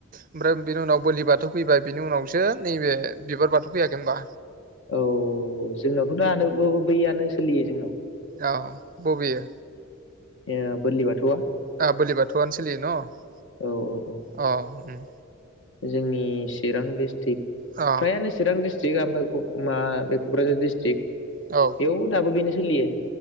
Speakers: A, on the right; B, on the left.
A: ओमफ्राय बिनि उनाव बोलि बाथौ फैबाय बिनि उनावसो नैबे बिबार बाथौ फैयाखै होनोमबा?
B: औ जोंनावथ'दानो बैयानो सोलियो जों
A: औ बबेयो?
B: ओ बोरलि बाथौआ?
A: ओ बोलि बाथौआनो सोलियो न'?
B: औ औ
A: अ ओम।
B: जोंनि चिरां दिडिस्ट्रिक
A: अ
B: फ्रायानो चिरां दिडस्ट्रिकआ ओमफ्राय ओमबा बे क'क्राझार दिडिस्ट्रिक्ट
A: औ
B: बेयाव दाबो बेनोसै सोलियो।